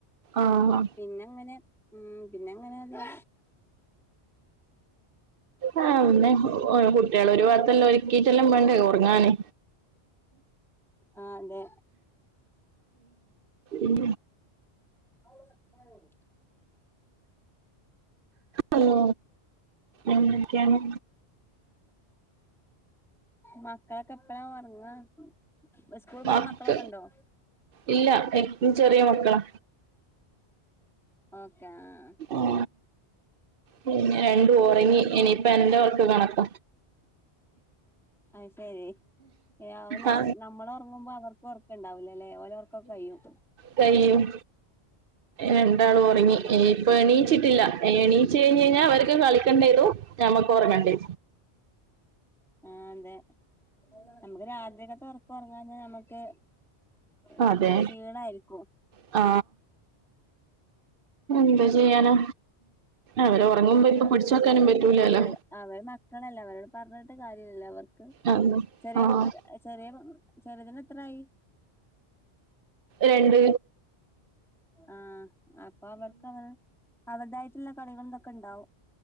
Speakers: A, on the right (about 60°); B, in the centre.
A: ആഹ്.
B: പിന്നെ അങ്ങനെ ഉം പിന്നെ എങ്ങനെ.
A: ആ അന്നെ കുട്ടികളെ ഒരു ഭാഗത്തല്ലാം ഒരുക്കിട്ടെല്ലാം വേണ്ടേ ഉറങ്ങനു,
B: ആ അതെ
A: ഉം
B: <unintelligible>
A: ഹലോ എന്തക്കെയാണ്?
B: മക്കളൊക്കെ എപ്പഴാ ഒർങ്ങാ? സ്കൂള്
A: മക്ക
B: പോണ മക്കളൊക്കെ ഇണ്ടോ
A: ഇല്ല ഏറ്റവും ചെറിയ മക്കളാ
B: ഓക്കെ ആഹ്
A: ആ പിന്നെ രണ്ടും ഒറങ്ങി എണീ ഇപ്പ എന്റെ ഒറക്ക് കണക്ക
B: അയ് ശരി യാവ് ഞമ്
A: ആ
B: നമ്മള് ഒറങ്ങുമ്പോ അവർക്ക് ഒർ ക്ക്ണ്ടാവൂലലേ ഓല ഒർക്കൊക്കെ കയ്യും
A: കയ്യും രണ്ടാളും ഒർങ്ങി
B: അതെ
A: ഏ ഇപ്പ എണീച്ചിട്ടില്ല എണീച്ച് കഴിഞ്ഞ് കഴിഞ്ഞാ അവർക്ക് കളിക്കണ്ടിരും നമ ഇപ്പൊ ഒർങ്ങണ്ടേ
B: ആ അതെ ഞമ്മക്ക് രാത്രിക്കത്തെ ഒർക്ക് ഒറങ്ങാഞ്ഞാ ഞമ്മക്ക് ശ്
A: അതെ
B: ക്ഷീണായിരിക്കും
A: ആ എന്താ ചെയ്യാനാ അവര് ഉറങ്ങുമ്പോ ഇപ്പ
B: ആഹ്
A: പിടിച്ച് വെക്കാനും
B: അവർ
A: പറ്റൂലല്ലോ
B: അവർ അവര് മക്കളല്ലേ അവരോട് പർഞ്ഞിട്ട് കാര്യല്ലല്ലോ അവർക്ക്
A: ആഹ്
B: ചെറിയ
A: ആഹ്
B: മക്ക ചെറിയ മ ചെറ്തിന് എത്രായി?
A: രണ്ട്
B: ആ അപ്പ അവർക്ക് അവർ അവര്തായിട്ട്ള്ള കളികൾ ഇതൊക്കെ ഇണ്ടാവും